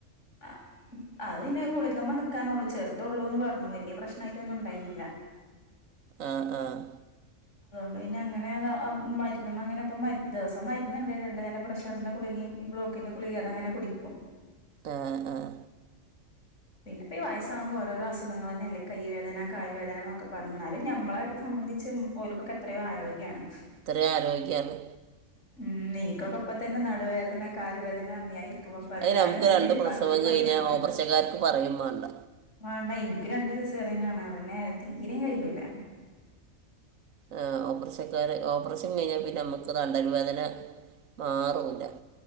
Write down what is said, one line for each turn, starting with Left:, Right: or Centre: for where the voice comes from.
Left: അഹ് അത് പിന്നെ ഗുളികമ്മേനിക്കാനൊള്ളു ചെർതൊള്ളൂന്ന് പർഞ്ഞു വെല്യ പ്രശ്നായിട്ടൊന്നുണ്ടായില.
Right: ആഹ് ആഹ്
Left: ട്ട് പിന്നങ്ങനെ താ ആ മര്ന്ന്മ്മങ്ങനെപ്പ മര് ദിവസം മര്ന്ന്ണ്ട് രണ്ട് നേരം പ്രഷറിന്റെ ഗുളികിം ഈ ബ്ലോ ക്കിന്റെ ഗുളികിം അതങ്ങനെ കുടിക്കും.
Right: ഉം ഉം
Left: പിന്നെപ്പ ഈ വയസ്സാകുമ്പോ ഓരോരോ അസുഖങ്ങളെന്നല്ലേ കയ്യ് വേദന കാല് വേദന എന്നൊക്കെ പർഞ്ഞ് ന്നാലും ഞമ്മളെ സ സംബന്ധിച്ച് ഓൽക്കൊക്കെത്രയോ ആരോഗ്യാണ്.
Right: ത്രയോ ആരോഗ്യാണ്.
Left: ഉം ഇൻക്കൊക്കെ ഇപ്പത്തന്നെ നടുവേദന കാല് വേദനാർഞ്ഞ് ഞായിര്ക്കുമ്പോ പറയും.
Right: അത്
Left: ഞാന്ട്ക്ക്‌ണീന്റെ
Right: നമുക്ക് രണ്ട് പ്രസവം
Left: പകുതി പണിയെടുക്ക്ണണ്ടോ.
Right: കഴിഞ്ഞാൽ ഓപ്പറേഷക്കാർക്ക് പറയും വേണ്ട
Left: വാണ്ട ഇൻക്ക്‌ രണ്ട് സിസേറിയനാണ് അതന്നെ തീരിം കയ്യൂല.
Right: ആ ഓപ്പറേഷക്കാരെ ഓപ്പറേഷൻ കഴിഞ്ഞ പിന്നെ അമ്മക്ക് തണ്ടൽ വേദന മാറൂല്ല.